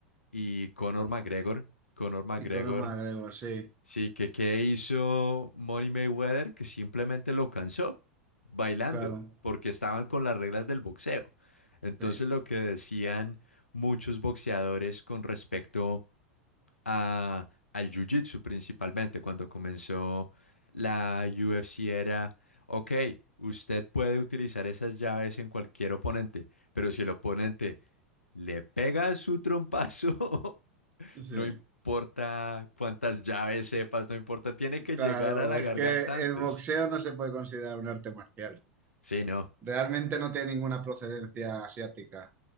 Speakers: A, on the left; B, on the right.
A: y Conor McGregor. Conor McGregor,
B: Y con un McGregor, sí,
A: sí, que qué hizo Money Mayweather, que simplemente lo cansó bailando,
B: claro.
A: porque estaban con las reglas del boxeo. Entonces
B: Sí.
A: lo que decían muchos boxeadores con respecto a, al jiu-jitsu principalmente, cuando comenzó la UFC era, ok, usted puede utilizar esas llaves en cualquier oponente, pero si el oponente le pega su trompazo <laughs> No
B: Sí,
A: importa cuántas llaves sepas, no importa, tiene que
B: claro,
A: llegar a la
B: es
A: garganta
B: que
A: antes.
B: el boxeo no se puede considerar un arte marcial.
A: Sí, no.
B: Realmente no tiene ninguna procedencia asiática,